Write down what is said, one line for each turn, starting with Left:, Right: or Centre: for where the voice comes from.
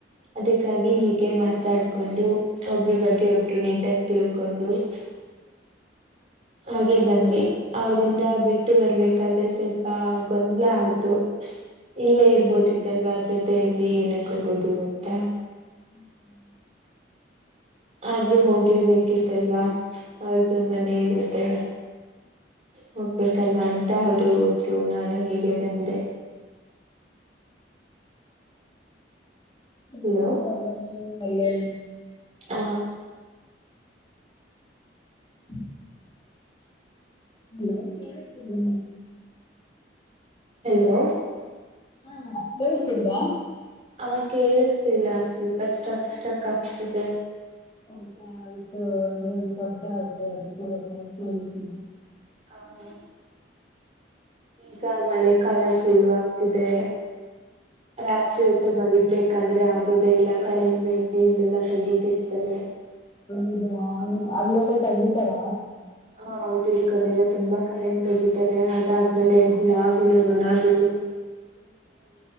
Right: ಅದಕ್ಕಾಗಿ ಹೀಗೆ ಮಾತಾಡ್ ಹಕೊಂಡು ಒಬ್ಬ್ರ ಬಗ್ಗೆ ಒಬ್ರು ನೀಟಾಗಿ ತಿಳ್ಕೊಂಡು. <unintelligible> ಹಾಗೆ ಬಂದ್ವಿ. ಅವ್ರಿಂದ ಬಿಟ್ಟು ಬರಬೇಕಾದರೆ ಸ್ವಲ್ಪ ಗೊಂದಲ ಆಯ್ತು. ಇಲ್ಲೇ ಇರ್ಬೋದಿತ್ತಲ್ವಾ ಜೊತೆ. ಮತ್ತೆಯಲ್ಲಿ ಏನಕ್ಕ ಹೊಗೋದು ಅಂತ್.
Left: ಹ್ಮ್ ಹ್ಮ್
Right: ಆದ್ರೂ ಹೋಗ್ಲೇಬೇಕಿತ್ತಲ್ವಾ ಅವ್ರ್ದು ಮನೆ ಇರುತ್ತೆ. ಹೋಗ್ಬೇಕಲ್ವಾ ಅಂತ ಅವರು ಹೋದ್ರು ನಾನು ಹೀಗೆ ಬಂದೆ.
Left: ಇತ್
Right: ಹಲೋ
Left: ಪ್ರೀತ್ ಅಲ್ವಾ ನೀವು? ಅಲ್ಲೇ.
Right: ಹ
Left: ಹ್ಮ ಹಲೋ ಕೆಳಸ್ತಿಲ್ಲ
Right: ಹಲೋ
Left: ಹಾ ಕೇಳಿಸ್ತಿಲ್ವಾ
Right: ಆ ಕೇಳಿಸತಿಲ್ಲ ಸ್ವಲ್ಪ ಸ್ಟಕ್ ಸ್ಟಕ್ ಆಗ್ತಿದೆ
Left: ಹತಾ ಆಯ್ತು ಅಂದ್ರೆ ಶಬ್ದ ಆಯ್ತು ಅದಕ್ಕೆ ಗೊತ್ತ ಕೇಳಿಸಿಲ್ಲ <unintelligible>
Right: ಹೌದು ಈಗ ಮಳೆಗಾಲ ಶುರ್ವಗತಿದೆ ರಾತ್ರಿ ಹೊತ್ತು ಮಲ್ಲಿಗ್ಬೇಕಾದ್ರೆ ಆ ಆಗೋದೆ ಇಲ್ಲ ಕರೆಂಟ್ ಬೇ ಇಲ್ಲೆಲ್ಲಾ ತೆಗಿತಿರ್ತದೆ
Left: ಹದಾ ಅಲ್ಲೆಲ್ಲ ತಗಿತಾರ.
Right: ಹ ಹೌದು ಈ ಕಡೆ ಎಲ್ಲ ತುಂಬಾ ಕರೆಂಟ್ ತಗಿತಾರೆ ಅದಾದ್ಮೇಲೆ ಹುಳಾಗಗಳು ನುಣಗಳು.